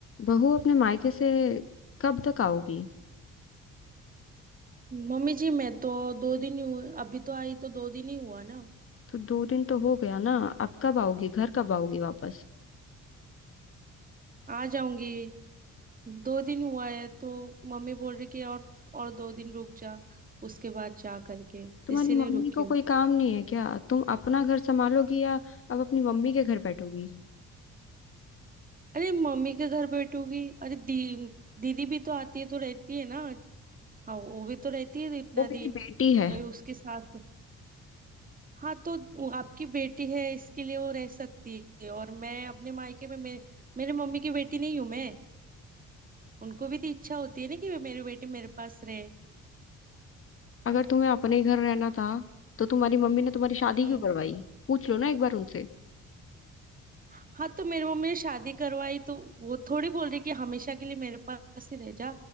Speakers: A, on the left (about 45°); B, on the right (about 30°).
A: बहू अपने मायके से कब तक आओगी
B: Mummy ji मैं तो दो दिन ही हुए अभी तो आई तो दो दिन ही हुआ ना
A: तो दो दिन तो हो गया ना अब कब आओगी घर कब आओगी वापस
B: आ जाऊंगी दो दिन हुआ है तो मम्मी बोल रही कि और और दो दिन रुक जा उसके बाद जा करके
A: तुम्हारी
B: इसीलिए
A: मम्मी
B: रुकी
A: को
B: हूँ
A: कोई काम नहीं है क्या तुम अपना घर संभालोगी या अब अपनी मम्मी के घर बैठोगी
B: अरे मम्मी के घर बैठूंगी अरे दी दीदी भी तो आती है तो रहती है ना हाँ वो भी तो रहती है इतना
A: वो मेरी
B: दिन
A: बेटी है
B: कभी उसकी सास तो, हाँ तो वो आपकी बेटी है इसके लिए वो रह सकती है और मैं अपने मायके में मेरे मेरे मम्मी की बेटी नहीं हूँ मैं उनको भी तो इच्छा होती है ना कि मेरी बेटी मेरे पास रहे
A: अगर तुम्हें अपने ही घर रहना था तो तुम्हारी मम्मी ने तुम्हारी शादी
B: हम्म
A: क्यों करवाई पूछ लो ना एक बार उनसे
B: हाँ तो मेरी मम्मी ने शादी करवाई तो वो थोड़ी बोल रही कि हमेशा के लिए मेरे पास ही रह जा